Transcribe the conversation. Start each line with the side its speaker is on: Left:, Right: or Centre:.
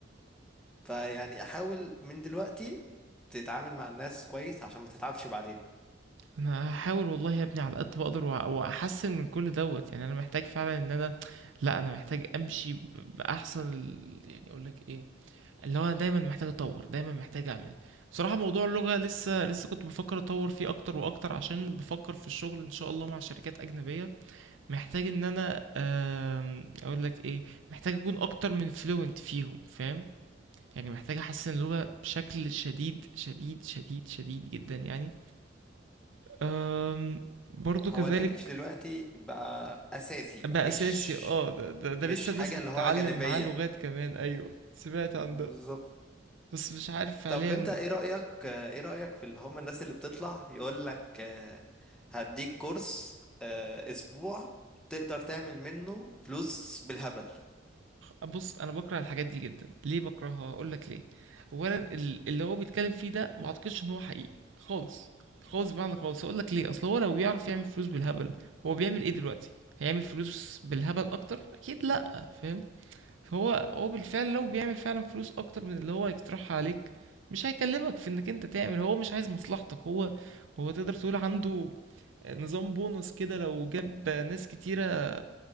Centre: فيعني احاول من دلوقتي تتعامل مع الناس كويس عشان ما تتعبش بعدين
Right: انا هحاول والله يا ابني على قد ما اقدر وأ- واحسن من كل دوت يعني انا محتاج فعلا ان انا لا انا محتاج امشي ب- باحسن ال- يعني اقول لك ايه اللي هو انا دايما محتاج اطور دايما محتاج اعمل بصراحة موضوع اللغة لسه لسه كنت بفكر اطور فيه اكتر واكتر عشان بفكر في الشغل ان شاء الله مع شركات اجنبية محتاج ان انا آم، اقول لك ايه محتاج اكون اكتر من فلوينت فيهم فاهم يعني محتاج احسن اللغة بشكل شديد شديد شديد شديد جدا يعني أم برضو
Centre: هو
Right: كذلك
Centre: الانجليش دلوقتي بقى اساسي
Right: بقى
Centre: مش
Right: اساسي اه ده, ده, ده
Centre: مش
Right: لسه الناس
Centre: حاجة
Right: بتتعلم
Centre: اللي هو جانبية
Right: معاه لغات كمان ايوه سمعت عن
Centre: بالظبط
Right: ده بس مش عارف فعليا
Centre: طب انت ايه رأيك ايه رأيك في اللي هم الناس اللي بتطلع يقول لك آه، هديك كورس آه، اسبوع تقدر تعمل منه فلوس بالهبل
Right: بص انا بكره الحاجات دي جدا ليه بكرهها اقول لك ليه اولا ال- اللي هو بيتكلم فيه ده ما اعتقدش ان هو حقيقي خالص خالص بمعنى خالص اقول لك ليه اصل هو لو بيعرف يعمل فلوس بالهبل هو بيعمل ايه دلوقتي هيعمل فلوس بالهبل اكتر اكيد لا فاهم هو هو بالفعل لو بيعمل فعلا فلوس اكتر من اللي هو هيقترحها عليك مش هيكلمك في انك انت تعمل هو مش عايز مصلحتك هو هو تقدر تقول عنده نظام بونص كده لو جاب ناس كتيرة